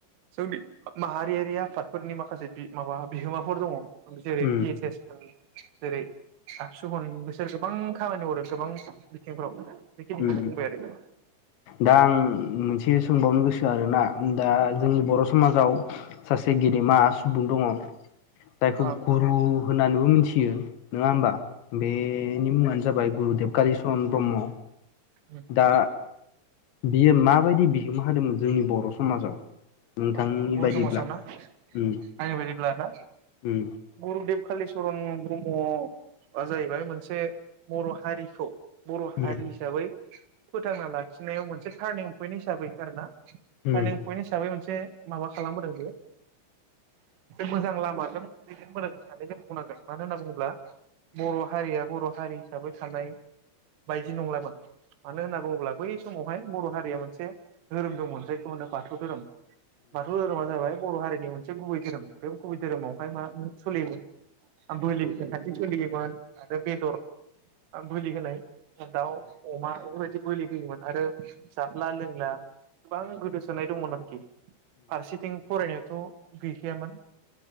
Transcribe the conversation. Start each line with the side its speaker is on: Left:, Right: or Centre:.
Right: जोंनि माहारियारि आफादफोरनि माखासे बि माबा बिहोमाफोर दङ जेरै-
Left: उम
Right: बि एस एस होन जेरै-आबसु होन बिसोर गोबां खामानि हरो गोबां बिथिंफोराव। बेखिनिखौनो
Left: उम
Right: बुंबाय आरो।
Left: दा आं मोनसे सो <unintelligible> बावनो गोसो आरोना उम दा जोंनि बर' समाजाव। सासे गेदेमा सु बुं दङ जायखौ
Right: औ
Left: गुरु होननानैबो मिथियो। नोङा होमबा। बेनि मुङानो जाबाय गुरुदेब कालिचरन ब्रह्म
Right: औ
Left: दा। बियो माबायदि बिहोमा होदोंमोन जोंनि बर' समाजाव। नोंथांनि
Right: ओ बर'
Left: बायदिब्ला
Right: समाजाव ना नायनो
Left: उम
Right: बायदिब्ला ना
Left: उम
Right: गुरुदेब कालिच चरन ब्रह्म जाहैबाय मोनसे बर' हारिखौ बर'
Left: औ
Right: हारि हिसाबै। फोथांना लाखिनायाव मोनसे टार्निं पइन्ट हिसाबै आरो ना। टार्निं
Left: जायोमोन
Right: पइन्ट हिसाबै मोनसे। माबा खालामबोदों बेयो। मोजां लामाजों दैदेननोबोदोंमोन। सानैजों बुंनांगोन मानो होनना बुङोब्ला। बर' हारिया बर हारि। हिसाबै थानाय। बायदि नंलामोन मानो होनना बुङोब्ला बै समाव। <unintelligible> बर' हारिया मोनसे धोरोम दंमोन जायखौ होनो बाथौ धोरोम। बाथौ धोरोमा जाबाय बर' हारि बे मोनसे गुबै धोरोम बे गुबै धोरोमावहाय मा सोलियोमोन बोलि होनाय खान्थि सोलियोमोन आरो बेदर बोलि होनाय दाउ, अमा बेफोरबायदि बोलि होयोमोन। आरो जादला लोंला गोबां गोदोसोनाय दंमोन आरोखि। फारसेथिं फरायनायावथ गैखायामोन।